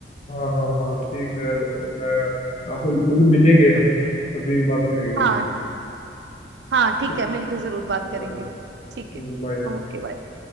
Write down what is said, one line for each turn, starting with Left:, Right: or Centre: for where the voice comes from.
Left: हाँ हाँ हाँ ठीक है मैं आपसे मतलब मिलेंगे हम तभी बात करेंगे
Right: हाँ
Left: मिलके
Right: हाँ ठीक
Left: ठीक
Right: है मिलकर
Left: है
Right: जरूर बात करेंगे
Left: बाय हम्म,
Right: ठीक है
Left: बाय
Right: ओके बाय